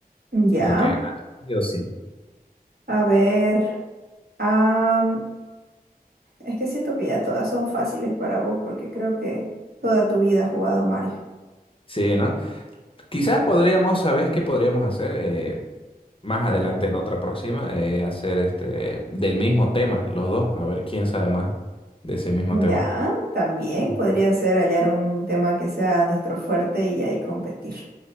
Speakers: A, on the right (about 85°); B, on the left (about 35°).
A: ujú. Ya,
B: Te tengo que ganar. Yo sí. o Sí,
A: a ver, am, es que siento que ya todas son fáciles para vos porque creo que toda tu vida has jugado Mario.
B: Sí, ¿no? Quizás podríamos, ¿sabes qué podríamos hacer? Eh, más adelante en otra próxima, eh, hacer este del mismo tema, los dos, a ver quién sabe más de ese mismo
A: Ya,
B: tema.
A: también
B: Ujú.
A: podría ser hallar un tema que sea nuestro fuerte y ahí competir.